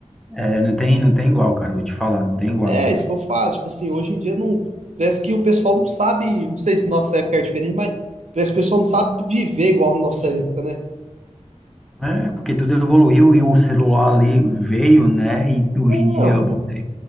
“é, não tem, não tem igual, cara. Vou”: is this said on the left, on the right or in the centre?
Centre